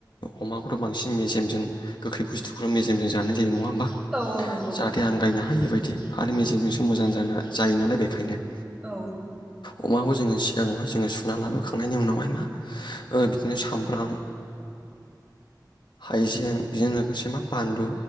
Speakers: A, on the left; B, in the centre.
A: अमाखौथ' बांसिन मेजेमजों गोखै बुस्थुखौ मेजेमजों जानाय ज नङा होम्बा
B: औ औ नांगौ
A: जाथे आं गायनो हायि बायदि आरो मेजिनजोंसो मोजां जाना जायो नालाय बेखायनो
B: औ
A: अमाखौ जोङो सिगाङावह जोङो सुना लाबोखांनायनि उनावहाय मो बिदिनो सामब्राम हाइजें बेजों लोगोसे मा बानलु